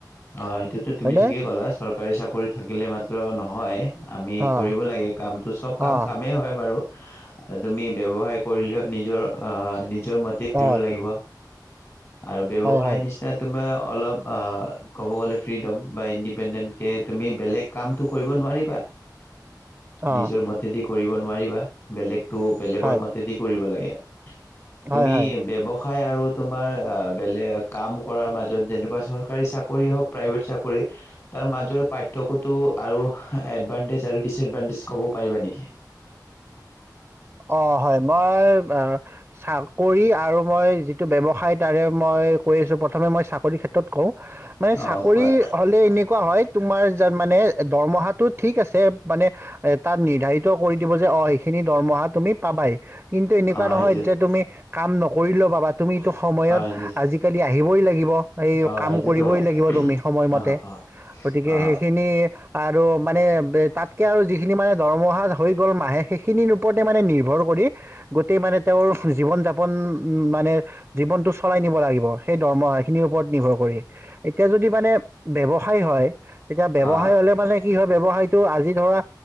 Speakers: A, on the left (about 40°); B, on the right (about 20°).
A: অ সেইটোতো তুমি
B: হয়নে
A: ঠিকেই কলা চৰকাৰী চাকৰি থাকিলে মাত্ৰ নহয় আমি
B: অঁ
A: কৰিব লাগে কাম তো চব কাম
B: অঁ
A: কামেই হয় বাৰু তুমি ব্যৱসায় কৰিলেও নিজৰ অ নি নিজৰ মতে কৰিব
B: অঁ
A: লাগিব উ <inaudible> আৰু ব্যৱসায়
B: হয় হয় হয়
A: নিচিনা তোমাৰ অলপ ক'ব গলে ফ্ৰীডম বা ইণ্ডিপেণ্ডেণ্ট তে তুমি বেলেগ কামটো কৰিব নোৱাৰিবা নিজৰ
B: অঁ
A: মতেদি কৰিব নোৱাৰিবা বেলেগটো বেলেগৰ
B: হয়
A: মতেদি কৰিব লাগে তুমি
B: হয় হয়
A: ব্যৱসা হয় আৰু তোমাৰ বেলেগ কাম কৰাৰ মাজত যেনেকুৱা চৰকাৰী চাকৰি ৰি কৰি আহক প্ৰাইভেট চাকৰি, তাৰ মাজৰ পাৰ্থক্য টো আৰু এডভাইন্তেজ আৰু দিছএডভাইন্তেজ কব পাৰিবা নেকি?
B: অ' হয়, মই চাকৰি আৰু মই যিটো ব্যৱসায় তাৰে মই কৈ আছোঁ। প্ৰথমে মই চাকৰিৰ ক্ষেত্ৰত কওঁ মানে
A: অ
B: চাকৰি
A: কোৱা
B: হ'লে, । এনেকুৱা হয় তোমাৰ য মানে দৰমহাটো ঠিক আছে মানে এ তাত নিৰ্ধাৰিত কৰি দিব, যে, অ' সেইখিনি দৰমহা তুমি পাবাই কিন্তু এনেকুৱা
A: অ
B: নহয়
A: সেইটো
B: যে তুমি কাম নকৰিলেও বাবা তুমি এইটো সময়ত,
A: অ সেইটো
B: আজিকালি আহিবই লাগিব। এই
A: অ
B: কাম
A: সেইটোতো
B: কৰিবই
A: হয়
B: লাগিব, তুমি সময়মতে,
A: অ অ
B: গতিকে
A: অ
B: সেইখিনি আৰু মানে তাতকে আৰু যিখিনি মানে দৰমহা হৈ গ'ল, মাহে সেইখিনিৰ ওপৰত মানে নিৰ্ভৰ কৰি--। গোটেই মানে, তেওঁৰ জীৱন যাপন উ, মানে জীৱনতটো চলাই নিব লাগিব সেই দৰমহা খিনিৰ ওপৰত নিৰ্ভৰ কৰি এতিয়া যদি মানে ব্যৱসায় । বৱসায় হয়, তেতিয়া ব্যৱসায়
A: অ
B: হলে মানে--। কি হয়, ব্যৱসায়টো আজি ধৰা